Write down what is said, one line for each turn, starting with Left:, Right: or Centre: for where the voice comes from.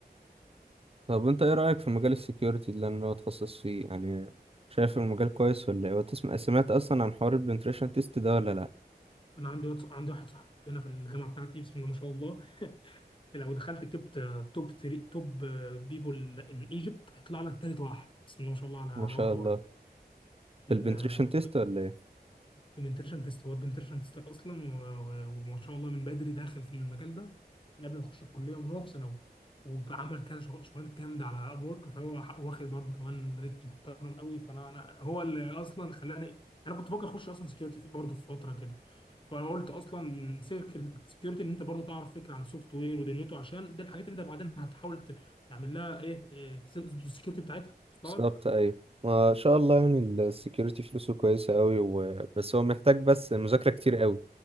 Right: طب انت ايه رايك في مجال السكيورتي اللي انا اتخصص فيه يعني شايف المجال كويس ولا ايه وتسمع سمعت اصلا عن حوار البنتريشن تيست ده ولا لا
Left: انا عندي واتس- عندي واحد صاحبي هنا في الجامعه بتاعتي بسم الله ما شاء الله لو دخلت كتبت توب 3 توب بيبول ان ايجيبت هيطلع لك ثالث واحد بسم الله ما شاء الله على على
Right: ما شاء
Left: واب
Right: الله في
Left: وورك
Right: البنتريشن تيست ولا ايه
Left: بنتريشن تيست هو بنتريشن تيست اصلا و- و- وما شاء الله من بدري داخل في المجال ده من قبل ما يخش الكليه ومن هو في ثانوي وعمل كذا شغل شغلانات جامده على اب ورك فهو حق- واخد برضه كمان ريت محترم قوي فانا أنا هو اللي اصلا خلاني انا كنت بفكر اخش اصلا سكيورتي برضه في فتره كده فقلت اصلا من سكه السكيورتي ان انت برضه تعرف فكره عن السوفت وير ودنيته عشان دي الحاجات اللي انت بعدين هتحاول ت- تعمل لها ايه تظبط السكيورتي بتاعتها وصلت
Right: بالظبط
Left: لك
Right: ايوه ما شاء الله يعني السكيورتي فلوسه كويسه قوي و... بس هو محتاج بس مذاكره كتير قوي